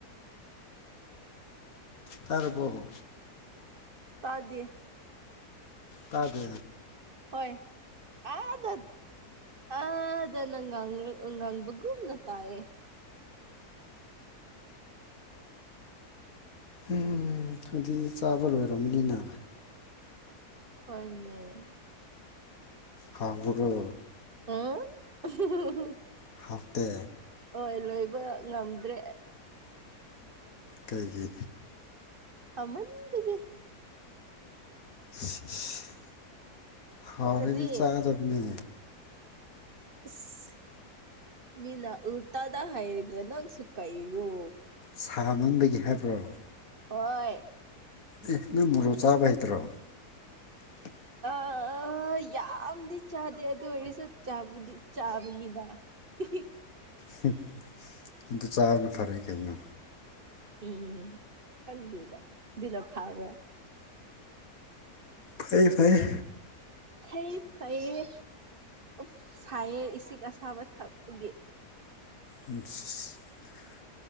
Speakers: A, on the left (about 65°); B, on the right (about 40°).
A: ꯇꯥꯔꯕꯣ
B: ꯇꯥꯗꯦ
A: ꯇꯥꯗꯦ
B: ꯍꯣꯏ ꯑꯥꯗ ꯑ ꯐꯖꯅ ꯉꯥꯡꯒꯔ ꯉꯥꯡꯕꯒꯨꯝ ꯇꯥꯏꯌꯦ
A: ꯎꯝ ꯑꯗꯨꯗꯤ ꯆꯥꯕ ꯂꯣꯏꯔꯝꯅꯤꯅ
B: ꯍꯣꯏꯅꯦ
A: ꯍꯥꯎꯕꯔꯣ
B: ꯎꯪ ꯎꯝ ꯍꯨꯝ
A: ꯍꯥꯎꯇꯦ
B: ꯍꯣꯏ ꯂꯣꯏꯕ ꯉꯝꯗ꯭ꯔꯦ ꯑꯩ
A: ꯀꯩꯒꯤ
B: ꯄꯥꯃꯟꯕꯒꯤ
A: ꯏꯁꯤ ꯏꯁ ꯍꯥꯎꯔꯗꯤ
B: ꯀꯔꯤ
A: ꯆꯥꯗꯝꯅꯦ
B: ꯑꯁ ꯃꯤꯅ ꯎꯜꯇꯥꯗ ꯍꯥꯏꯔꯒ ꯅꯪꯁꯨ ꯀꯩꯔꯣ꯫
A: ꯁꯥ ꯃꯟꯕꯒꯤ ꯍꯥꯏꯕ꯭ꯔꯣ
B: ꯍꯣꯏ
A: ꯑꯦ ꯅꯪ ꯃꯣꯔꯣꯛ ꯆꯥꯕ ꯍꯩꯇ꯭ꯔꯣ? <unintelligible>
B: ꯑ ꯑꯥ ꯌꯥꯝꯗꯤ ꯆꯥꯗꯦ ꯑꯗꯨ ꯑꯣꯏꯔꯁꯨ ꯆꯕꯨꯗꯤ ꯆꯥꯕꯅꯤꯗ꯫ ꯍꯤꯍꯤ
A: ꯍꯨꯝ ꯑꯗꯨ ꯆꯥꯕꯅ ꯐꯔꯦ ꯀꯩꯅꯣ
B: ꯍꯦ ꯍꯦ ꯍꯦ ꯈꯪꯗꯦꯗ ꯑꯗꯨꯅ ꯐꯥꯕ꯭ꯔꯣ꯫
A: ꯐꯩꯌꯦ ꯐꯩꯌꯦ꯫
B: ꯐꯩ ꯐꯩꯌꯦ ꯎꯞ ꯁꯥꯏꯌꯦ ꯏꯁꯤꯡ ꯑꯁꯥꯕ ꯊꯛꯄꯒꯤ꯫
A: ꯎꯝ ꯁꯤ <inaudible>